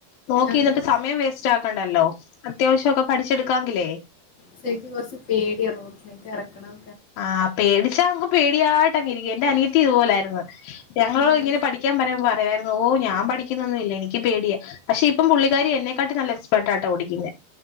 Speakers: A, on the left; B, on the left.
A: നോക്കി
B: അതെ
A: നിന്നിട്ട് സമയം വേസ്റ്റാക്കണ്ടല്ലോ. അത്യാവശ്യ ഒക്കെ പഠിച്ചെടുക്കാങ്കിലേ
B: ഷേ ൻക്ക് കൊർച്ച് പേടിയാ റോട്ടിലേക്ക് എറക്കണം
A: ആഹ് പേടിച്ചാ നമക്ക് പേടിയായിട്ട് അങ്ങിരിക്കും. എന്റെ അനിയത്തി ഇതുപോലായ്ര്ന്ന്. ഞങ്ങളോ
B: ഉം
A: ഇങ്ങനെ പഠി ക്കാൻ പറയുമ്പോ പറയാര്ന്നു, ഓഹ് ഞാൻ പഠിക്കുന്നൊന്നുല്ല എനിക്ക് പേടിയാ പക്ഷെ പ്പ പുള്ളിക്കാരി എന്നെക്കാട്ടി നല്ല എക്സ് പെർട്ടാട്ടാ ഓടിക്കുന്നെ